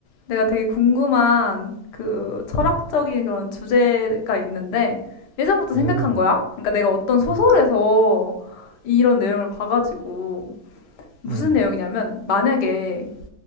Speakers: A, on the left; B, on the right.
A: 내가 되게 궁금한 그 철학적인
B: 응.
A: 그런 주제가 있는데 예전부터
B: 오.
A: 생각한 거야. 그러니까 내가 어떤 소설에서
B: 응.
A: 이런 내용을 봐가지고 무슨
B: 어.
A: 내용이냐면 만약에